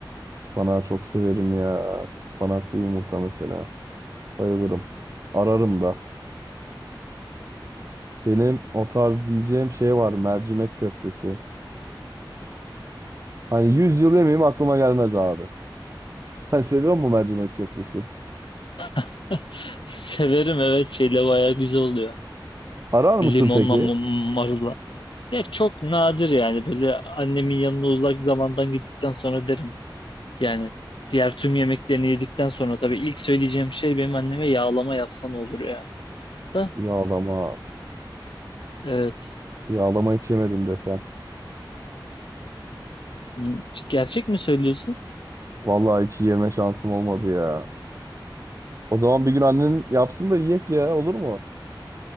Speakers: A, on the right (about 40°); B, on the left (about 80°).
A: Ispanağı çok severim ya. Ispanaklı yumurta mesela. Bayılırım. Ararım da. Benim o tarz diyeceğim şey var. Mercimek köftesi. Hani 100 yıl yemeyeyim aklıma gelmez abi. <laughs> Sen seviyor musun mercimek köftesi?
B: <laughs> Severim evet şeyle bayağı güzel oluyor.
A: Arar mısın
B: Limonla
A: peki?
B: mu- marulla. Ya çok nadir yani böyle annemin yanına uzak zamandan gittikten sonra derim. Yani diğer tüm yemeklerini yedikten sonra tabii ilk söyleyeceğim şey benim anneme yağlama yapsan olur ya. Da
A: Yağlama.
B: evet
A: Yağlama hiç yemedim desem.
B: Hmm, gerçek mi söylüyorsun?
A: Vallahi hiç yeme şansım olmadı ya. O zaman bir gün annen yapsın da yiyek ya olur mu?